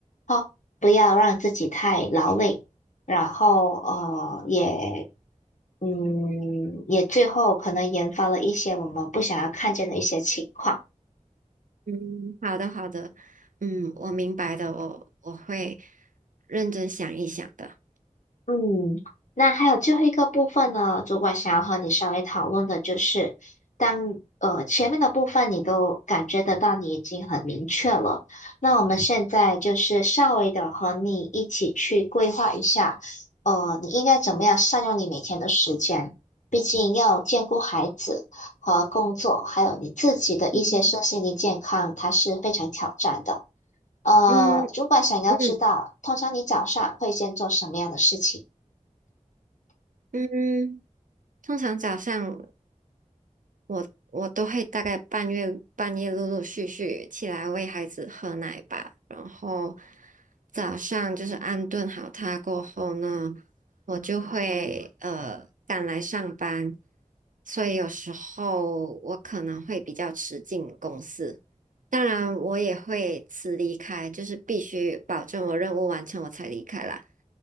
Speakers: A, on the left (about 70°); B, on the right (about 80°).
A: 哦，不要让自己太劳累，然后呃也。嗯，也最后可能研发了一些我们不想要看见的一些情况。
B: 嗯，好的，好的，嗯，我明白的，我我会认真想一想的。
A: 嗯，那还有最后一个部分呢，主管想要和你稍微讨论的就是，当呃前面的部分你都感觉得到你已经很明确了，那我们现在就是稍微的和你一起去规划一下，呃，你应该怎么样善用你每天的时间，毕竟要兼顾孩子和工作，还有你自己的一些身心灵健康，
B: 嗯
A: 它是非常挑战的。呃，
B: 嗯
A: 主管想要知道，
B: 嗯
A: 通常你早上会先做什么样的事情？
B: 嗯，通常早上我我都会大概半夜半夜陆陆续续起来喂孩子喝奶吧，然后早上就是安顿好他过后呢，我就会呃赶来上班，所以有时候我可能会比较迟进公司，当然我也会迟离开，就是必须保证我任务完成我才离开啦。